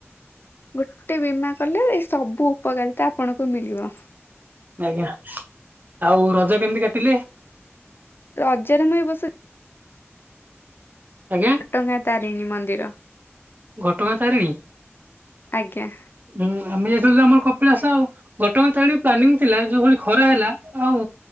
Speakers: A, on the left; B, on the right.
A: ଗୋଟେ ବୀମା କଲେ ଏଇ ସବୁ ଉପକାରିତା ଆପଣଙ୍କୁ ମିଳିବ।
B: ଆଜ୍ଞା, ଆଉ ରଜ କେମିତି କାଟିଲେ?
A: ରଜରେ ମୁଁ ଏ ବର୍ଷ
B: ଆଜ୍ଞା।
A: ଘଟଗାଁ ତାରିଣୀ ମନ୍ଦିର।
B: ଘଟଗାଁ ତାରିଣୀ।
A: ଆଜ୍ଞା।
B: ହୁଁ ଆମେ ଯାଇଥିଲୁ, ଆମର କପିଳାସ ଆଉ। ଘଟଗାଁ ତାରିଣୀ ପ୍ଲାନିଂ ଥିଲା। ଯୋଉଭଳି ଖରା ହେଲା ଆଉ